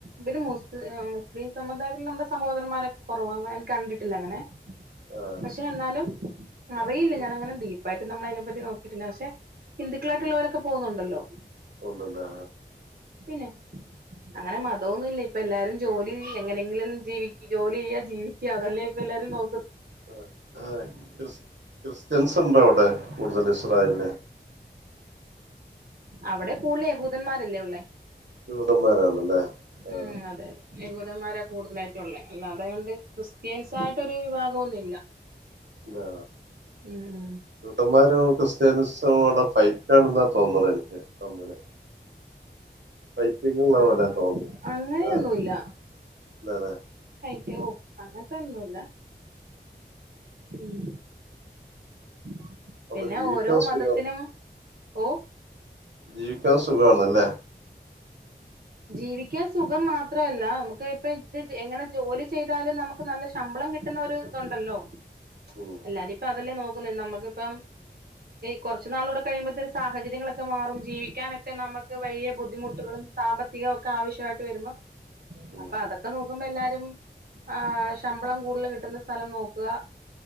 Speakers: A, on the right; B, on the right.
A: പിന്നെ മുസ് മുസ്ലിം സമുദായത്തിൽ നമ്മുടെ സഹോദരമാരൊക്കെ കുറവാണോ കണ്ടിട്ട് അങ്ങനെ
B: ആഹ്
A: പക്ഷെ എന്നാലും അറിയില്ല
B: ഉം
A: ഞാനങ്ങനെ <unintelligible> പ്പായിട്ട് നമ്മളയിനെപ്പറ്റി നോക്കിട്ടില്ല പക്ഷെ ഹിന്ദുക്കളായിട്ടുള്ളവരൊക്കെ
B: ഉം,
A: പോകുന്നുണ്ടല്ലോ
B: ഉണ്ടല്ലേ
A: പിന്നെ അങ്ങനെ മതമൊന്നുംല്ല ഇപ്പൊ എല്ലാരും ജോലി എങ്ങനെങ്കിലും ജീവിക് ജോലി ചെയ്യ ജീവിക്ക്യ അതല്ലേ എല്ലാരും നോ
B: അതെ അതെ ക്രിസ്ത്യൻസ് ഉണ്ടോ അവിടെ കൂടുതൽ ഇസ്രായേലില്
A: അവിടെ കൂടുതൽ യഹൂദന്മാരല്ലേ ഉള്ളേ
B: ജൂദന്മാരാണല്ലേ ആ
A: ഉം അതെ അതെ യഹൂദന്മാരാ കൂടുതലായിട്ടും ഒള്ളേ അല്ലാതെ കണ്ട് ക്രിസ്ത്യൻസ് ആയിട്ടൊരു വിഭാഗൊന്നും ഇല്ല.
B: ഇല്ലാ
A: ഉം ഉം
B: ജൂതന്മാരും ക്രിസ്ത്യാനിസോം അവിട ഫൈറ്റാണെന്നാ തോന്നുന്നതെനി ക്ക് തമ്മില് ഫൈറ്റിങ്ങുള്ള
A: ആഹ്
B: പോലെയാ തോന്നേ
A: അങ്ങനെയൊന്നുമില്ല
B: ആ ഇല്ല ലേ
A: യ്യോ അങ്ങനത്തെയൊന്നുല്ല. ഉം <unintelligible>
B: അവിടെ
A: പിന്നെ
B: ജീവിക്കാൻ
A: ഓരോ മതത്തിനും
B: സുഖാണ്
A: ഓ
B: ജീവിക്കാൻ സുഖാണല്ലേ?
A: ജീവിക്കാൻ സുഖം മാത്രമല്ല, നമുക്ക് ഇപ്പൊ ഇത് എങ്ങനെ ജോലി ചെയ്താലും നമുക്ക് നല്ല ശമ്പളം കിട്ടുന്ന ഒരുതുണ്ടല്ലോ.
B: ഉം
A: എല്ലാരും ഇപ്പതല്ലേ നോക്കുന്നേ നമ്മൾ കിപ്പം കുറച്ചുനാളൂടെ കഴിയുമ്പോത്തേനു സാഹചര്യങ്ങളൊക്കെ മാറും ജീവിക്കാനൊക്കെ നമുക്ക് വലിയ ബുദ് ദ്ധിമുട്ടുകളും സാമ്പത്തികംഒക്കെ ആവശ്യമായിട്ട് വരുമ്പം
B: ഉം
A: അപ്പൊ അതൊക്കെ നോക്കുമ്പോ എല്ലാരും രും ആ ശമ്പളം കൂടുതല് കിട്ടുന്ന സ്ഥലം നോക്കുക